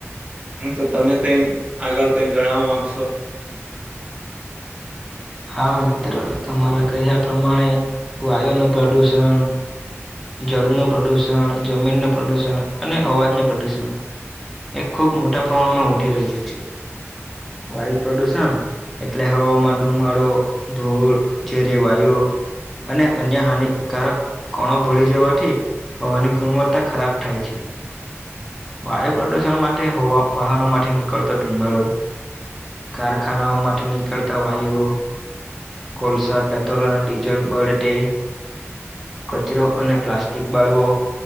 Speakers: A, on the right (about 25°); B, in the centre.
A: હ તો તમે કઈ આગળ કઈ જણાવવા માંગશો?
B: હા મિત્રો તમારા કહ્યા પ્રમાણે, વાયુનું પ્રદુષણ. જળનું પ્રદુષણ, જમીનનું પ્રદુષણ અને અવાજનું પ્રદુષણ. એ ખુબ મોટા પ્રમાણમાં વધી રહ્યું છે. વાયુ પ્રદુષણ, એટલે હવામા ડુમાડો, ધૂળ, જે રેવાયો. અને અન્ય હાનિકારક કોણો ભળી જવાથી. હોવાની ગુણવત્તા ખરાબ થાય છે. વાયુ પ્રદુષણ માટે વાહનો માટેથી નીકળતો ધુમાડો કારખાનાઓમાંથી નીકળતા હો આ કોલસા પેટ્રોલ અને ડીઝલ બડટે કચરો અને પ્લાસ્ટિક બાળવો.